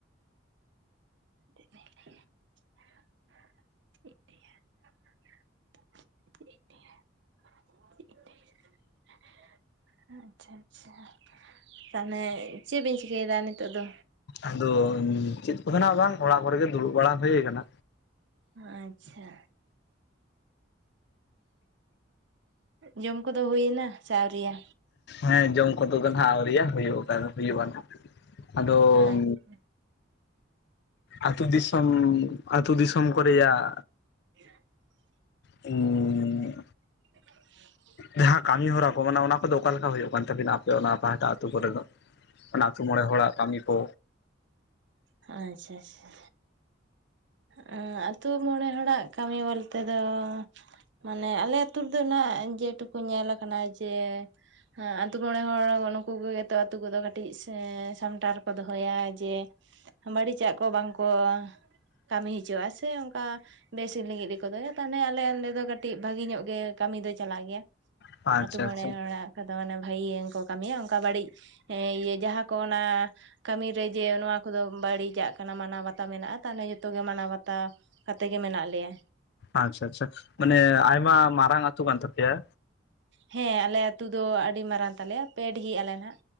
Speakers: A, on the right; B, on the left.
A: <inaudible> <inaudible> ᱟᱪᱪᱷᱟ ᱟᱪᱪᱷᱟ᱾ ᱛᱟᱦᱚᱞᱮ ᱪᱮᱫ ᱵᱤᱱ ᱪᱤᱠᱟᱹᱭᱮᱫᱟ ᱱᱤᱛᱚᱜ ᱫᱚ?
B: ᱟᱫᱚ ᱪᱮᱫ ᱠᱚ ᱱᱟᱦᱜ ᱵᱟᱝ᱾ ᱚᱲᱟᱜ ᱠᱚᱨᱮᱜᱮ ᱫᱩᱲᱩᱵ ᱵᱟᱲᱟ ᱦᱳᱭ ᱠᱟᱱᱟ᱾
A: ᱟᱪᱪᱷᱟ᱾ ᱡᱚᱢ ᱠᱚᱫᱚ ᱦᱩᱭᱮᱱᱟ ᱥᱮ ᱟᱹᱣᱨᱤᱭᱟ?
B: ᱦᱮᱸ ᱡᱚᱢ ᱠᱚᱫᱚ ᱫᱚ ᱱᱦᱟᱜ ᱟᱹᱣᱨᱤᱭᱟ᱾ ᱦᱩᱭᱩᱜ ᱟᱠᱟᱫᱟ ᱦᱩᱭᱩᱜᱼᱟ ᱱᱟᱦᱟᱜ᱾ ᱟᱫᱚᱢ
A: ᱟᱪᱪᱷᱟ
B: ᱟᱹᱛᱩ ᱫᱤᱥᱚᱢ ᱟ. ᱛᱩ ᱫᱤᱥᱚᱢ ᱠᱚ ᱨᱮᱭᱟᱜ
A: <inaudible>
B: ᱩᱸ᱾
A: <inaudible>
B: ᱡᱟᱦᱟᱸ ᱠᱟᱹᱢᱤ ᱦᱚᱨᱟ ᱠᱚ ᱢᱟᱱᱮ ᱚᱱᱟ ᱠᱚᱫᱚ ᱚᱠᱟ ᱞᱮᱠᱟ ᱦᱩᱭᱩᱜ ᱠᱟᱱ ᱛᱟᱵᱤᱱᱟ ᱟᱯᱮ ᱚᱱᱟ ᱯᱟᱦᱴᱟ ᱟᱹᱛᱳ ᱠᱚᱨᱮ ᱫᱚ? ᱚᱱᱟ ᱟᱹᱛᱩ ᱢᱚᱬᱮ ᱦᱚᱲᱟᱜ ᱠᱟᱹᱢᱤ ᱠᱚ᱾
A: ᱟᱪᱪᱷᱟ ᱟᱪᱷᱟ᱾ ᱦᱮᱸᱜ-ᱮ ᱟᱛᱳ ᱢᱚᱬᱮ ᱦᱚᱲᱟᱜ ᱠᱟᱹᱢᱤ ᱵᱚᱞᱛᱮ ᱫᱚ ᱢᱟᱱᱮ ᱟᱞᱮ ᱟᱹᱛᱩ ᱨᱮᱫᱚ ᱚᱱᱟ ᱡᱮᱴᱩᱠᱩ ᱧᱮᱞ ᱟᱠᱟᱱᱟ ᱡᱮ ᱦᱮᱸ ᱟ. ᱛᱩ ᱢᱚᱬᱮ ᱦᱚᱲ ᱱᱩᱠᱩ ᱜᱮᱛᱚ ᱟᱹᱛᱩ ᱠᱚᱫᱚ ᱠᱟᱹᱴᱤᱡ ᱥᱮ ᱥᱟᱢᱴᱟᱣ ᱨᱮᱠᱚ ᱫᱚᱦᱚᱭᱟ ᱡᱮ ᱵᱟᱹᱲᱤᱡᱟᱜ ᱠᱚ ᱵᱟᱝᱠᱚ ᱠᱟᱹᱢᱤ ᱦᱳᱪᱳᱣᱟᱜᱼᱟ᱾ ᱥᱮ ᱚᱱᱠᱟ ᱵᱮᱥᱤ ᱞᱟᱹᱜᱤᱫ ᱜᱮᱠᱚ ᱫᱚᱦᱚᱭᱟ ᱛᱟᱦᱚᱞᱮ ᱟᱞᱮ ᱱᱚᱰᱮ ᱫᱚ ᱠᱟᱹᱴᱤᱡ ᱵᱷᱟᱹᱜᱤ ᱧᱚᱜ ᱜᱮ ᱠᱟᱹᱢᱤ ᱫᱚᱭ ᱪᱟᱞᱟᱜ ᱜᱮᱭᱟ᱾
B: ᱟᱪᱪᱷᱟ
A: ᱟ. ᱛᱩ ᱢᱚᱬᱮ
B: ᱟᱪᱪᱷᱟ
A: ᱦᱚᱲᱟᱜ ᱠᱚᱫᱚ ᱢᱟᱱᱮ ᱵᱷᱟᱹᱜᱤ ᱜᱮᱠᱚ ᱠᱟᱹᱢᱤᱭᱟ ᱚᱱᱠᱟ ᱵᱟᱹᱲᱤᱡ ᱦᱮᱸ ᱤᱭᱟᱹ ᱡᱟᱦᱟᱸ ᱠᱚ ᱚᱱᱟ ᱠᱟᱹᱢᱤ ᱨᱮ ᱡᱮ ᱱᱚᱣᱟ ᱠᱚᱫᱚ ᱵᱟᱹᱲᱤᱡᱟᱜ ᱠᱟᱱᱟ᱾ ᱢᱟᱱᱟᱣ ᱵᱟᱛᱟᱣ ᱢᱮᱱᱟᱜᱼᱟ ᱛᱟᱦᱚᱞᱮ ᱡᱚᱛᱚ ᱜᱮ ᱢᱟᱱᱟᱣ ᱵᱟᱛᱟᱣ ᱠᱟᱛᱮ ᱜᱮ ᱢᱮᱱᱟᱜ ᱞᱮᱭᱟ᱾
B: ᱟᱪᱪᱷᱟ ᱟᱪᱪᱷᱟ ᱢᱟᱱᱮ ᱟᱭᱢᱟ ᱢᱟᱨᱟᱝ ᱟᱹᱛᱩ ᱠᱟᱱ ᱛᱟᱯᱮᱭᱟ?
A: ᱦᱮᱸ ᱟᱞᱮ ᱟᱹᱛᱩ ᱫᱚ ᱟᱹᱰᱤ ᱢᱟᱨᱟᱝ ᱛᱟᱞᱮᱭᱟ ᱯᱮ ᱰᱤᱦᱤ ᱟᱞᱮ ᱱᱟᱦᱟᱜ